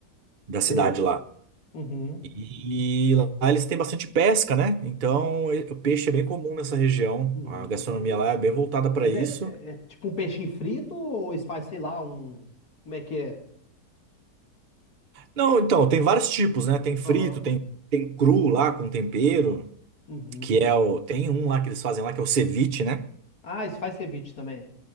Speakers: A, on the right (about 60°); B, on the left (about 60°).
A: da
B: Sei.
A: cidade lá.
B: Uhum.
A: E lá eles têm bastante pesca, né? Então e- o peixe é bem comum nessa região.
B: Uhum.
A: A gastronomia lá é bem voltada para
B: Mas
A: isso.
B: é, é, é tipo um peixinho frito ou eles fazem, sei lá, um. Como é que é?
A: Não, então, tem vários tipos, né? Tem frito,
B: Aham.
A: tem, tem cru lá com tempero,
B: Uhum.
A: que é o. Tem um lá que eles fazem lá, que é o ceviche, né?
B: Ah, isso faz ceviche também.